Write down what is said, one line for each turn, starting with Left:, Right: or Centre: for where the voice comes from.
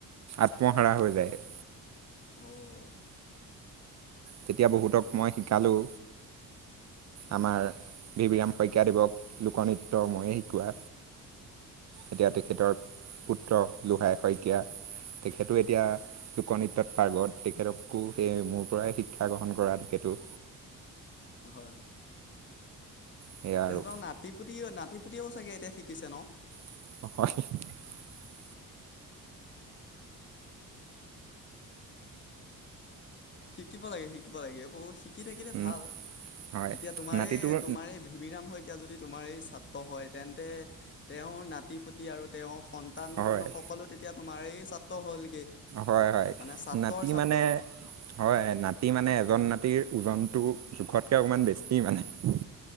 Right: আত্মহাৰা হৈ যায়।
Left: অ'।
Right: তেতিয়া বহুতক মই শিকালোঁ।
Left: অ'
Right: আমাৰ ভিভিৰাম শইকীয়াদেৱক লোকনৃত্য ময়ে শিকোৱা। এতিয়া তেখেতৰ পুত্ৰ লোহাই শইকীয়া তেখেতো এতিয়া লোকনৃত্যত পাৰ্গত তেখেতকো সেই মোৰ পৰাই শিক্ষা গ্ৰহণ কৰা তেখেতো।
Left: হয় হয়।
Right: সেয়া আৰু
Left: তেহেতৰ নাতিপুতি নাতিপুতিও চাগে এতিয়া শিকিছে ন'।
Right: <inaudible>
Left: শিকিব লাগে শিকিবা লাগে বৌ শ থাকি থাকিতে
Right: হয়
Left: ভাল
Right: হয়
Left: এতিয়া তোমাৰেই
Right: নাতিটোৰ
Left: তোমাৰেই ভিভিৰাম শইকীয়া যদি তোমাৰ এই ছাত্ৰ হয় তেন্তে তেওঁৰ নাতি পুতি আৰু তেওঁ সন্তান
Right: হয়
Left: সকলো তেতিয়া তোমাৰ এই ছাত্ৰ হ'ল
Right: হয় হয়
Left: মানে ছাত্ৰৰ
Right: নাতি
Left: ছাত্ৰ
Right: মানে হয় নাতি মানে এজন নাতিৰ ওজনটো জোখতকে অকমান বেছি মানে